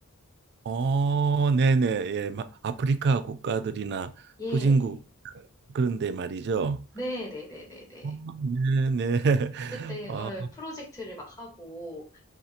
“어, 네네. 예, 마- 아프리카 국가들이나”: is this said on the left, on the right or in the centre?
Right